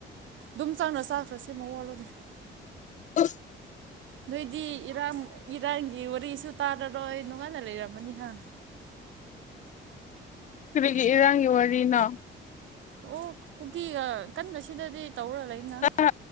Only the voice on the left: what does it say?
ꯑ <inaudible>
ꯀꯔꯤꯒꯤ ꯏꯔꯥꯡꯒꯤ ꯋꯥꯔꯤꯅꯣ
ꯑ